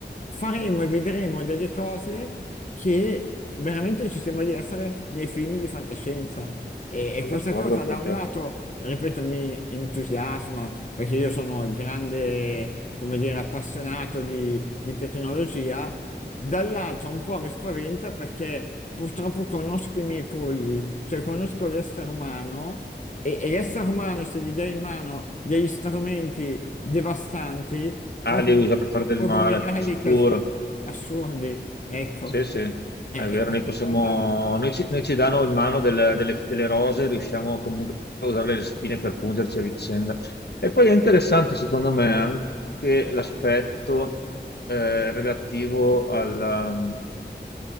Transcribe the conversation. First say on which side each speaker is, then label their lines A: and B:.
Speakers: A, on the left; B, on the left.
A: faremo e vedremo delle cose che veramente ci sembra di essere nei film di fantascienza. E, e
B: Sono
A: questa
B: d'accordo
A: cosa
B: con
A: da un
B: te.
A: lato, ripeto, mi entusiasma perché io sono un grande, come dire, appassionato di, di tecnologia, dall'altro un po' mi spaventa perché purtroppo conosco i miei polli, cioè conosco l'essere umano. E, e l'essere umano, se gli dai in mano degli strumenti devastanti,
B: Ah,
A: può
B: li usa per fare del
A: può
B: male,
A: combinare
B: sicuro.
A: dei casini assurdi, ecco.
B: Sì, sì, è
A: Eh,
B: vero,
A: e questa
B: noi possiamo,
A: cosa...
B: noi ci, noi ci danno in mano del- delle, delle rose, riusciamo comunque a usare le spine per pungerci a vicenda. E poi è interessante, secondo me, anche l'aspetto eh, relativo alla,